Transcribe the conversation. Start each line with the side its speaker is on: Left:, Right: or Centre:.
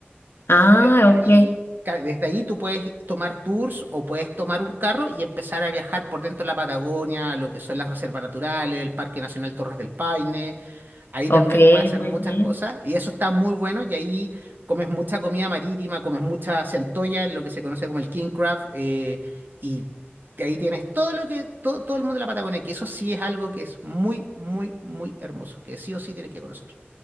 Left: Ah,
Right: Y desde ahí,
Left: ok,
Right: ca- desde ahí tú puedes tomar tours o puedes tomar un carro y empezar a viajar por dentro de la Patagonia, lo que son las reservas naturales, el Parque Nacional Torres del Paine. Ahí también
Left: ok,
Right: puedes hacer
Left: muy
Right: muchas
Left: bien.
Right: cosas y eso está muy bueno y ahí comes mucha comida marítima, comes mucha centolla, lo que se conoce como el king crab eh, y que ahí tienes todo lo que todo, todo el mundo de la Patagonia, que eso sí es algo que es muy, muy, muy hermoso, que sí o sí tienes que conocer.